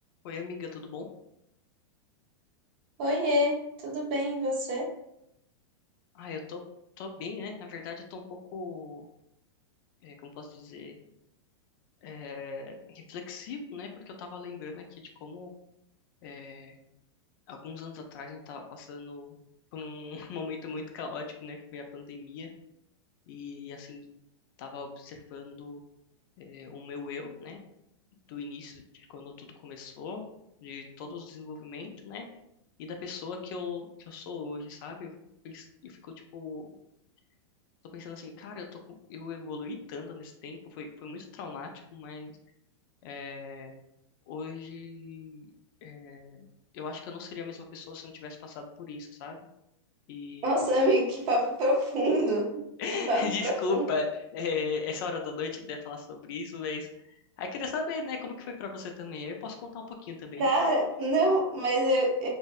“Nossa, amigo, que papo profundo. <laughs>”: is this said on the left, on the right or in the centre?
Right